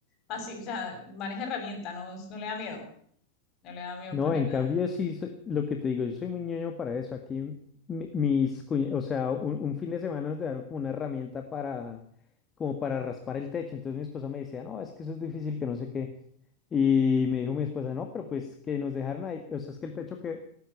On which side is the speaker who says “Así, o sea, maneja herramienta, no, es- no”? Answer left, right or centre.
Left